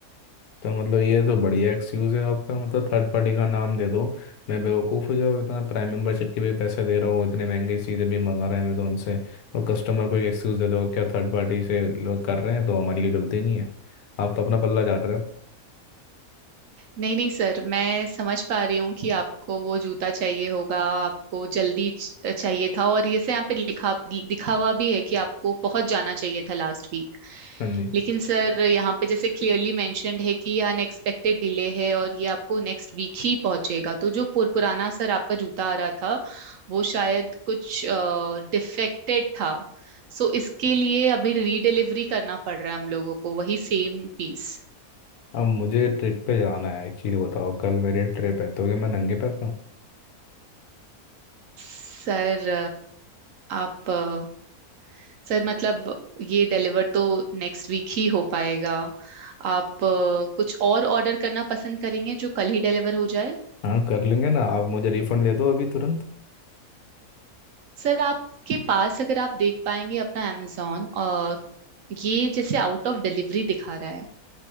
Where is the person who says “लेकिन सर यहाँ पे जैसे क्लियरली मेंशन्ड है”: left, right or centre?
Right